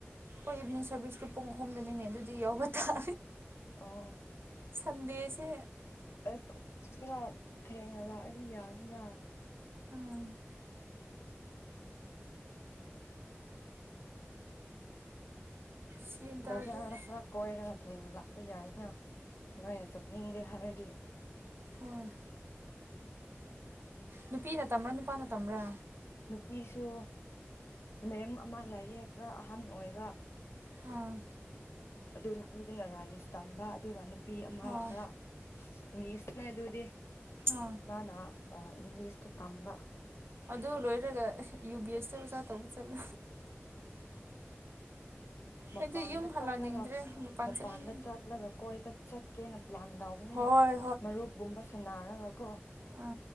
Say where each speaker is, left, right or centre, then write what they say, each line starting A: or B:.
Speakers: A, on the right; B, on the left.
A: ꯍꯣꯏ ꯏꯚꯅꯤꯡ ꯁꯔꯚꯤꯁꯁꯀꯤ ꯄꯨꯡ ꯑꯍꯨꯝꯗꯅꯤꯅꯦ ꯑꯗꯨꯗꯤ ꯌꯥꯎꯕ ꯇꯥ
B: ꯑ
A: ꯁꯗꯦꯁꯦ
B: ꯑꯁ ꯊꯦꯡꯉ ꯑ ꯌꯥꯅꯤꯗ
A: ꯎꯝ ꯁꯦꯟ ꯇꯥꯗ꯭ꯔꯗꯤ
B: ꯕꯖꯔ ꯈꯔ ꯀꯣꯏꯔ ꯊꯦꯡꯅ ꯂꯥꯛꯄ ꯌꯥꯏꯅ ꯅꯣꯏ ꯆꯞꯅꯤꯦ ꯍꯔꯗꯤ
A: ꯑꯣ ꯅꯨꯄꯤꯅ ꯇꯝꯕ꯭ꯔꯥ ꯅꯨꯄꯥꯅ ꯇꯝꯕ꯭ꯔꯥ
B: ꯅꯨꯄꯤꯁꯨ ꯃꯦꯝ ꯑꯃ ꯂꯥꯏꯌꯦ ꯈꯔ ꯑꯍꯟ ꯑꯣꯏꯔ
A: ꯑ
B: ꯑꯗꯨ ꯅꯨꯄꯤꯗꯨꯅ ꯔꯥꯏꯟꯁ ꯇꯝꯕ ꯑꯗꯨꯒ ꯅꯨꯄꯤ ꯑꯃ
A: ꯑꯣ
B: ꯈꯔ ꯃꯦꯁꯅ ꯑꯗꯨꯗꯤ
A: ꯑꯥ
B: ꯃꯥꯅꯥ ꯑ ꯏꯪꯂꯤꯁ ꯇꯨ ꯇꯝꯕ
A: ꯑꯗꯨ ꯂꯣꯏꯔꯒ ꯌꯨ ꯕꯤ ꯑꯦꯁꯇ ꯑꯣꯖꯥ ꯇꯧꯕ ꯆꯠꯂꯨ
B: ꯃ
A: ꯑꯩꯗꯤ
B: ꯄꯥꯅ
A: ꯌꯨꯝ ꯍꯜꯂꯛꯅꯤꯡꯗ꯭ꯔꯦ
B: ꯆꯥꯠꯂꯒꯥꯛ
A: ꯃꯄꯥꯟ
B: ꯃꯄꯥꯟꯗ
A: ꯆꯠꯅꯤꯡꯉꯦ
B: ꯆꯠꯂꯒ ꯀꯣꯏꯕ ꯆꯠꯀꯦꯅ ꯄ꯭ꯂꯥꯟꯗꯥꯎꯕꯅꯦ
A: ꯍꯣꯏ
B: ꯃꯔꯨꯞꯕꯒꯨꯝꯕ ꯁꯅ ꯑꯔꯒꯒ
A: ꯑꯥ